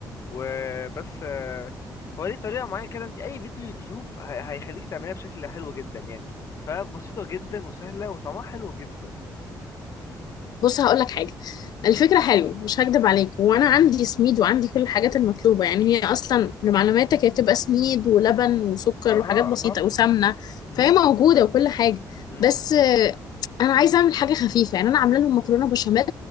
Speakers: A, on the left; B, on the left.
A: وبس آه، هو ليه طريقة معينة كده انت أي فيديو يوتيوب هي- هيخليك تعمليها بشكل حلو جدا يعني فبسيطة جدا وسهلة وطعمها حلو جدا
B: بص هقول لك حاجه
A: مم.
B: الفكره حلوه مش هكدب عليك وانا عندي سميد وعندي كل الحاجات المطلوبه يعني هي اصلا لمعلوماتك هي بتبقى سميد ولبن وسكر
A: اها
B: وحاجات بسيطه
A: اها
B: وسمنه
A: مم.
B: فهي موجوده وكل حاجه
A: مم.
B: بس آه، انا عايزه اعمل حاجه خفيفه يعني انا عامله لهم مكرونه بشاميل